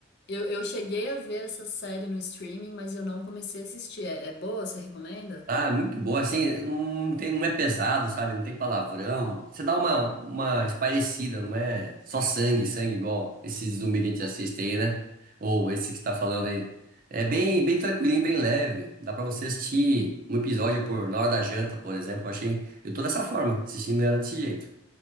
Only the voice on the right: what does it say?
Ah, é muito boa, assim, não tem, não é pesado, sabe? Não tem palavrão. Você dá uma, uma espairecida, não é só sangue, sangue igual esse zumbi que a gente assiste aí, né? Ou esse que você tá falando aí. É bem, bem tranquilinho, bem leve. Dá pra você assistir um episódio por, na hora da janta, por exemplo. Eu achei, eu tô dessa forma, assistindo ela desse jeito.